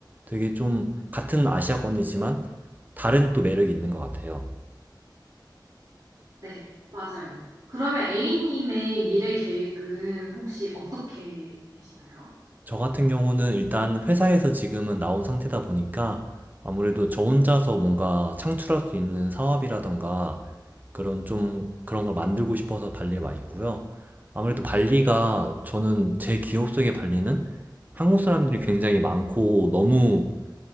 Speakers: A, on the right; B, on the right.
A: 되게 좀 같은 아시아권이지만 다른 또 매력이 있는 것 같아요.
B: 네, 맞아요. 그러면 A님의 미래 계획은 혹시 어떻게 되시나요?
A: 저 같은 경우는 일단 회사에서 지금은 나온 상태다 보니까 아무래도 저 혼자서 뭔가 창출할 수 있는 사업이라던가 그런 좀 그런 걸 만들고 싶어서 발리에 와 있고요. 아무래도 발리가 저는 제 기억 속의 발리는 한국 사람들이 굉장히 많고 너무